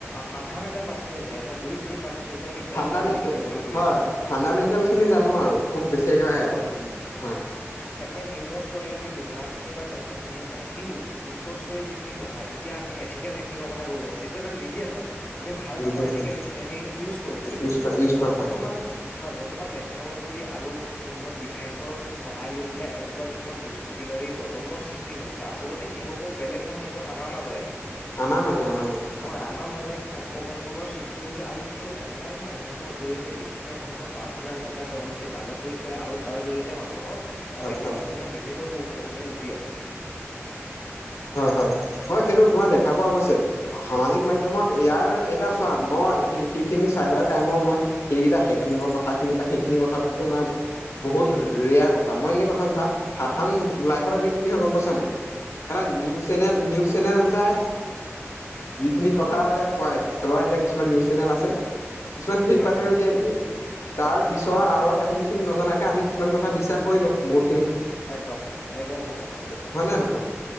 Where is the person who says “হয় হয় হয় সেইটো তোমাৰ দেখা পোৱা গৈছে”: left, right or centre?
Left